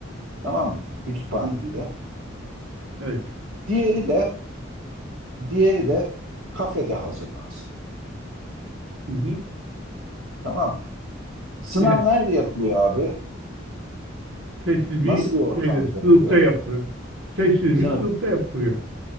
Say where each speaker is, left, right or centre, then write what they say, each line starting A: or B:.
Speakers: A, on the right; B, on the right.
A: Tamam mı? Kütüphanede.
B: Hı hı. Evet.
A: Diğeri de diğeri de kafede hazırlansın.
B: Hı hı.
A: Tamam mı? Sınav
B: Evet.
A: nerede yapılıyor abi?
B: Sessiz bir
A: Nasıl bir ortamda
B: şeyde,
A: yapılıyor?
B: sınıfta yapılıyor. Sessiz
A: Sınıfta.
B: bir sınıfta yapılıyor.